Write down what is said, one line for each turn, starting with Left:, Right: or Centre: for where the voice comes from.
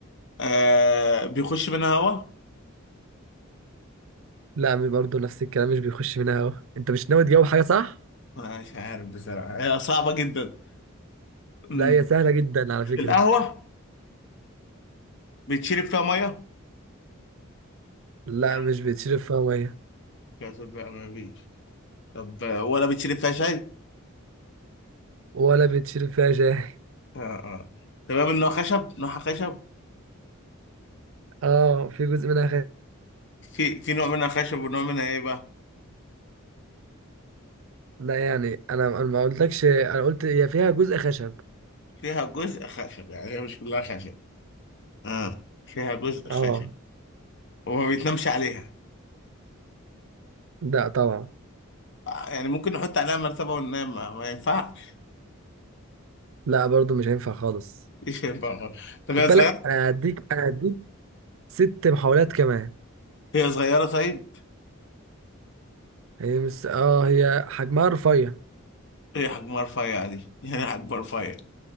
Left: آه بيخش منها هوا
Right: لا م- برضه نفس الكلام مش بيخش منها هوا انت مش ناوي تجاوب حاجة صح
Left: مش عارف بصراحه هي صعبه جدا امم
Right: لا هي سهلة جدا على فكرة
Left: القهوه بتشرب فيها ميه
Right: لا
Left: يعني
Right: مش بيتشرب فيها مية
Left: كاسات بقى ما فيش طب آه، ولا بتشرب فيها شاي
Right: ولا بيتشرب فيها شاي
Left: آه آه. تمام انه خشب نوعها خشب
Right: اه في جزء منها خشب
Left: في في نوع منها خشب ونوع منها ايه بقى
Right: لا يعني انا انا ما قلتلكش انا قلت هي فيها جزء خشب
Left: فيها جزء خشب يعني هي مش كلها خشب اه فيها جزء خشب
Right: اه
Left: وما بيتنامش عليها
Right: لا طبعا
Left: يعني ممكن نحط عليها مرتبة وننام ما, ما ينفعش
Right: لا برضه مش هينفع خالص
Left: <laughs> مش هينفع خالص. طب
Right: خد
Left: هي
Right: بالك
Left: صغيرة
Right: انا هديك انا هديك ست محاولات كمان
Left: هي صغيرة طيب
Right: هي مش اه هي حجمها رفيع
Left: هي حجمها رفيع دي يعني حجمها رفيع